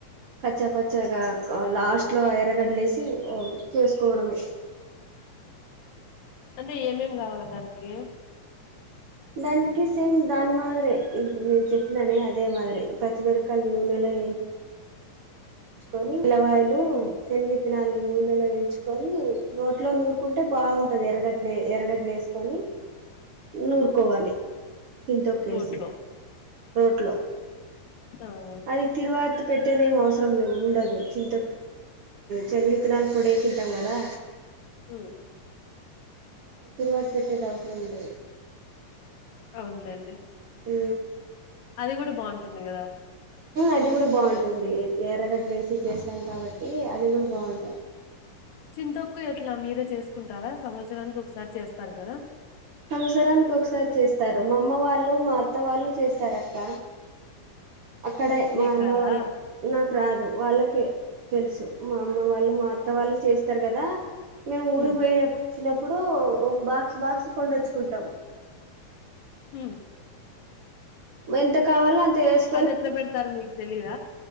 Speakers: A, on the right; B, on the left.
A: కచ్చా పచ్చగా లాస్ట్ లో ఎరగడ్లే ఎసి చేసుకోవడమే
B: అంటే ఏమేం కావాల దానికి
A: దానికి సేమ్ దాని మాదిరే ఇప్పు నేను చెప్పిననే అదే మాదిరి పచ్చిమిరకాయలు నూనెలో వే కొన్ని ఎల్లవాయులు
B: హు
A: శనగిత్తనాలు నూనెలో వేంచుకొని రోట్లో నూరుకుంటే బాగుంటుంది ఎర్రగడ్డ లే ఎరగడ్లు తీసుకొని నూరుకోవాలి చింత తొక్కేసి
B: రోట్ లో
A: రోడ్లో
B: ఆ
A: నికి తిరువాత పెట్టేద ఏం అవసరం ఉండదు చింత చలివిత్తనాలు పొడే తింటం కదా
B: హు
A: <unintelligible> పెట్టేది అవసరం ఉండదు
B: అవునులేండి
A: హు
B: అది కూడ బాగుంటుంది కదా
A: అది కూడా బాగుంటుంది ఎర్రగడ్లు వేసి చేస్తాం కాబట్టి అది కూడా బాగుంట
B: చింతొక్కు ఎట్లా మీరే చేసుకుంటారా సంవత్సరానికి ఒకసారి చేస్తారు కదా
A: సంవత్సరానికి ఒకసారి చేస్తారు మా అమ్మ వాళ్ళు మా అత్త వాళ్ళు చేస్తారు అక్క అక్కడే మా
B: మీకు
A: అమ్మ
B: రాదా
A: వాళ్ళు నాకు రాదు వాళ్ళకే తెలుసు మా అమ్మ వాళ్ళు మా అత్త వాళ్ళు చేస్తారు కదా మేము ఊరికి
B: ఉమ్
A: పోయి వచ్చినప్పుడు ఒక బాక్స్ బాక్స్ <unintelligible>
B: హ
A: ఎంత కావాలో అంత <unintelligible>
B: అది ఎట్ల పెడతారు మీకు తెలిద